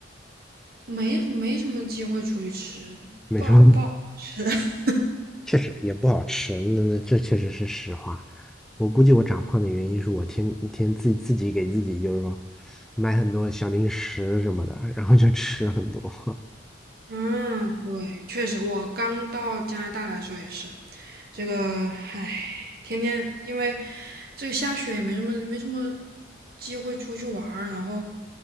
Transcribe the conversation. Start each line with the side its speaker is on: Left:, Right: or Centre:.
Right: 没没什么机会出去吃，
Centre: 没什么，
Right: 不好不好吃。<laughs>
Centre: 确实也不好吃，那那这确实是实话。我估计我长胖的原因是我天天自自己给自己就是说买很多小零食什么的，然后就吃很多。
Right: 嗯，对，确实，我刚到加拿大来说也是，这个，唉，天天因为这个下雪也没什么没什么机会出去玩儿，然后